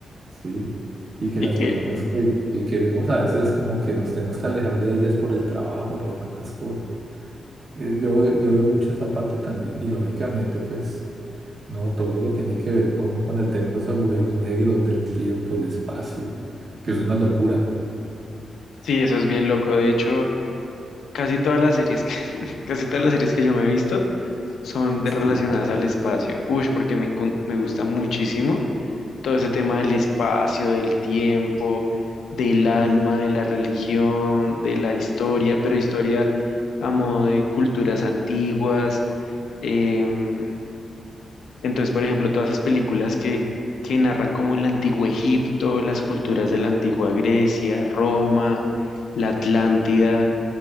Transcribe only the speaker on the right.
¿sí? Y que
las
personas que, que queremos a veces como que nos tenemos que alejar de ellas por el trabajo, por tantas cosas. Eh, yo, yo veo mucho esa parte también y lógicamente pues... No, todo lo que tiene que ver con, con el tema de los agujeros negros, del tiempo, el espacio, que es una locura.
Sí.